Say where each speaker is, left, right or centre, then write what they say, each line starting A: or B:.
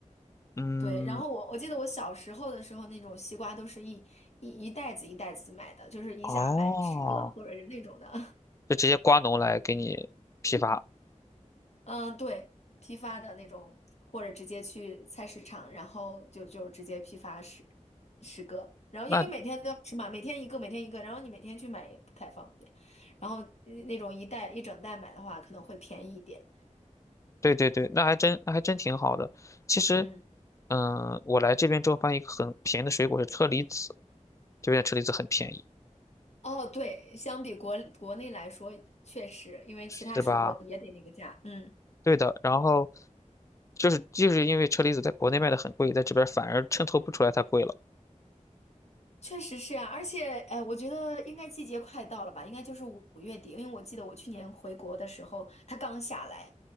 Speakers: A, on the left; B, on the left.
A: 嗯，
B: 对，然后我我记得我小时候的时候，那种西瓜都是一一一袋子一袋子买的，就是一下买十个或者是那种的。
A: 哦，就直接瓜农来给你批发。
B: 嗯，对，批发的那种，或者直接去菜市场，然后就就直接批发十十个。然后因为每天都要吃嘛，
A: 那
B: 每天一个，每天一个，然后你每天去买也不太方便。然后呃那种一袋一整袋买的话，可能会便宜一点。
A: 对对对，那还真那还真挺好的。
B: 嗯
A: 其实，
B: 嗯，
A: 嗯，我来这边之后发现一个很便宜的水果是车厘子，这边的车厘子很便宜，
B: 哦，对，相比国国内来说，确实，因为其他水果也得那个价。
A: 是吧？
B: 嗯。
A: 对的。然后就是就是因为车厘子在国内卖的很贵，在这边反而衬托不出来它贵了。
B: 确实是啊，而且，呃，我觉得应该季节快到了吧，应该就是五五月底，因为我记得我去年回国的时候，它刚下来，